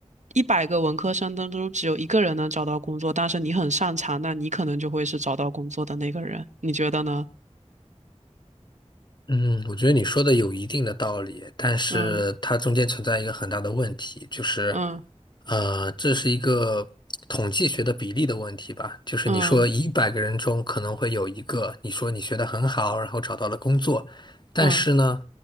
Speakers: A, on the right; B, on the left.
A: 一百个文科生当中只有一个人能找到工作，但是你很擅长，那你可能就会是找到工作的那个人，你觉得呢？
B: 嗯，我觉得你说的有一定的道理，但是它中间存在一个很大的问题，
A: 嗯
B: 就是，
A: 嗯
B: 呃，这是一个统计学的比例的问题吧。就是你说一百个人中可能会有一个，
A: 嗯
B: 你说你学得很好，然后找到了工作，但是呢，
A: 嗯